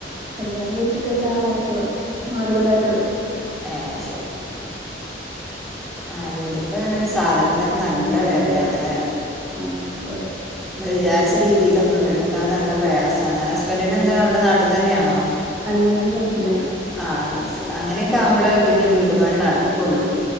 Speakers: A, on the right; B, in the centre.
A: കല്യാണം കഴിച്ചിട്ട് ഒരാളായിട്ടോള്ളോ ആഹ് ഒരു കൊല്ലം ആയിട്ടോള്ളൂ
B: ഏഹ് അത് ആ വീടിപ്പോ സാധനത്തിനൊക്കെ നല്ല വിലയാണല്ലേ
A: ആഹ് അതെ
B: നമ്മള് വിചാരിച്ച രീതിയിലൊന്നും എടുക്കാൻ നല്ല പ്രയാസമാണ് ഹസ്ബൻറിനെന്താ ഇവിടെ നാട്ടിൽ തന്നെയാണോ?
A: അല്ല അവരു ഗൾഫിലാണ്
B: ആഹ് ഗൾഫിലാ അങ്ങനൊക്കെ ആവുമ്പള് പിന്നെ വീടുപണി നടക്കൊള്ളു